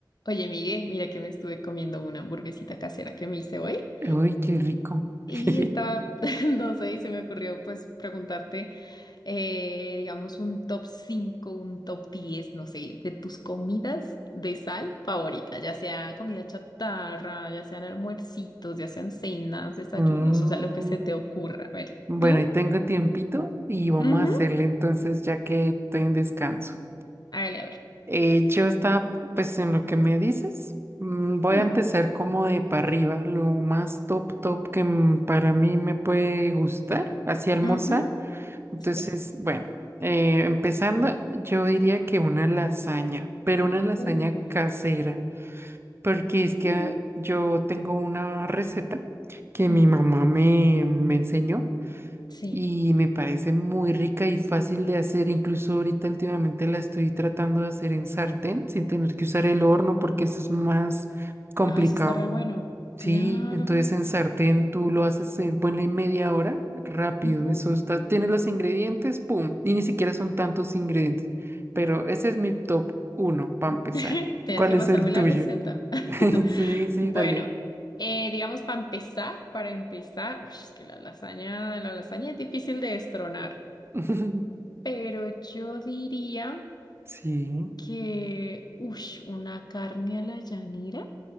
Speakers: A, on the left; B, on the right.
A: Oye, Miguel, mira que me estuve comiendo una hamburguesita casera que me hice hoy
B: Uy, qué rico.
A: y
B: <laughs>
A: estaba, <laughs> no sé, y se me ocurrió pues preguntarte, eh, digamos, un top 5, un top 10, no sé, de tus comidas de sal favorita, ya sea comida chatarra, ya sean almuercitos, ya sean cenas, desayunos,
B: Mm,
A: o sea, lo que se te ocurra. A ver,
B: bueno,
A: tú,
B: ahí tengo tiempito y vamos
A: Ujú.
B: a hacerle entonces ya que estoy en descanso.
A: Hágale, a ver.
B: Eh, yo estaba, pues en lo que me dices, mm, voy
A: Mm,
B: a empezar como de para arriba, lo más top top que mm, para mí me puede gustar, así almorzar.
A: ujú,
B: Entonces,
A: Sí.
B: bueno, eh, empezando, yo diría que una lasaña, pero una lasaña
A: Uy.
B: casera. Porque es que
A: Mm,
B: yo tengo una receta que
A: ujú,
B: mi mamá me, me enseñó
A: Sí.
B: y me parece muy rica y fácil de hacer. Incluso ahorita últimamente la estoy tratando de hacer en sartén sin tener que usar el horno porque eso es más complicado.
A: Ay, eso está re bueno. Claro.
B: Sí, entonces en sartén tú lo haces en, ponle media hora, rápido.
A: Ujú.
B: Eso está, tiene los ingredientes, pum. Y ni siquiera son tantos ingredientes. Pero ese es mi top uno para empezar.
A: <laughs> Tienes
B: ¿Cuál
A: que
B: es
A: pasarme
B: el
A: la
B: tuyo?
A: receta. <laughs>
B: <laughs> Sí, sí,
A: Bueno,
B: dale.
A: eh, digamos para empezar, para empezar, uy, es que la lasaña, la lasaña es difícil de destronar,
B: <laughs>
A: pero yo diría
B: Sí.
A: que, uy, una carne a la llanera.